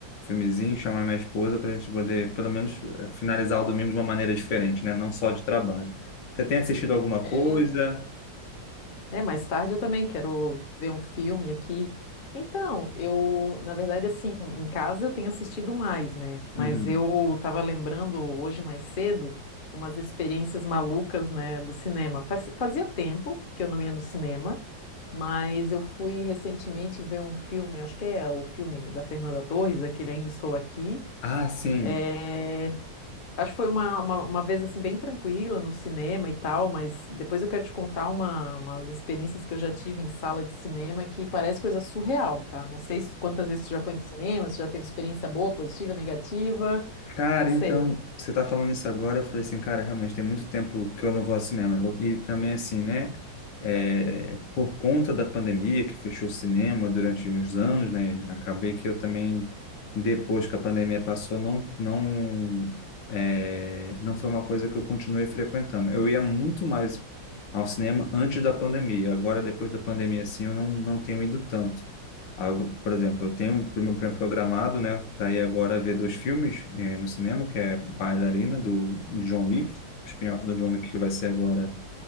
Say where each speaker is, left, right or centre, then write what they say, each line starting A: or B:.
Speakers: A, on the left; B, on the left.
A: filmezinho, chamar minha esposa para a gente poder, pelo menos, eh, finalizar o domingo de uma maneira diferente, né? Não só de trabalho. Você tem assistido alguma
B: É.
A: coisa?
B: É, mais tarde eu também quero ver um filme aqui. Então, eu, na verdade, assim, em casa eu tenho assistido mais, né? Mas
A: Uhum.
B: eu estava lembrando hoje mais cedo umas experiências malucas, né, do cinema. Faz- fazia tempo que eu não ia no cinema, mas eu fui recentemente ver um filme, acho que é o filme da Fernanda Torres, aquele Ainda Estou Aqui.
A: Ah, sim.
B: É, Acho que foi uma, uma, uma vez assim bem tranquila no cinema e tal, mas depois eu quero te contar uma, umas experiências que eu já tive em sala de cinema que parece coisa surreal, tá? Não sei se- quantas vezes tu já foi no cinema, se já teve experiência boa, positiva, negativa,
A: Cara,
B: não sei.
A: então, você tá falando isso agora, eu falei assim, cara, realmente tem muito tempo que eu não vou ao cinema. né? E também assim, né, é, por conta da pandemia que fechou o cinema durante uns anos, né, acabei que eu também, depois que a pandemia passou, não, não, é, não foi uma coisa que eu continuei frequentando. Eu ia muito mais ao cinema antes da pandemia. Agora, depois da pandemia, assim, eu não, não tenho ido tanto algo, por exemplo, eu tenho pro meu programado, né, para ir agora ver dois filmes eh, no cinema, que é Bailarina do John Wick, o spin-off do John Wick que vai ser agora